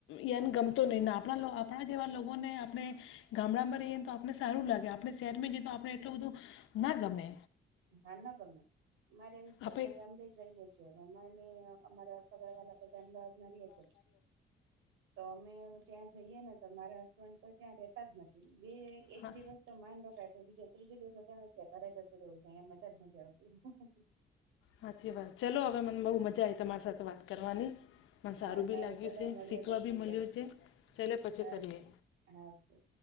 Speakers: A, on the left; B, on the right.
A: યાન ગમતો નઈ ને આપણા લો આપણા જેવા લોકોને આપણે ગામડામા રઈએ ન તો આપને સારુ લાગે, આપને સેરમે જઈ ન તો આપને આટલું બધું ના ગમે.
B: હા ન ગમે. અમારે એવું જ છે,
A: આપણે
B: અમે ગામદે જઈએ છી અમને અમારા સગર વાલા બધા લોજમાં રીએ છે. તો અમે ત્યાં જઈએ ને, તો મારા હસબન્ડ તો ત્યાં રેતા જ નથી. બે એક
A: હા
B: દિવસ તો માન રખાય પ બીજ ત્રીજ દિવસે તો ઘરે જતુ રે તયા મજા જ નથી આવતી.
A: હાચી વાત. ચાલો અવે મને બઉ મજા આયી, તમારી સાથે વાત કરવાની. મ
B: હા
A: સારુ
B: સારું
A: બી લાગ્યુ
B: ચલો
A: સે,
B: મળીએ
A: સીકવા
B: પછી
A: બી
B: બીજા
A: મલ્યુ છે, ચલે પછી
B: સારું
A: કરીએ.
B: ચલો હા, કે